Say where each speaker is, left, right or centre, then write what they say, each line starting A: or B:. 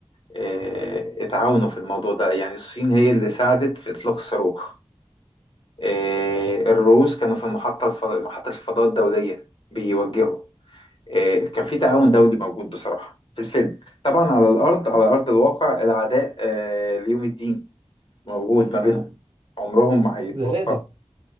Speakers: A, on the left (about 60°); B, on the right (about 70°).
A: آه،
B: اه
A: اتعاونوا في الموضوع ده يعني الصين هي اللي ساعدت في إطلاق الصاروخ آه،
B: اه
A: الروس كانوا في المحطة الف- محطة الفضاء الدولية بيوجهوا آه، كان في تعاون دولي موجود بصراحة في الفيلم طبعا على الأرض على أرض الواقع العداء آه، ليوم الدين موجود ما بينهم عمرهم ما هيتوفقوا
B: ده لازم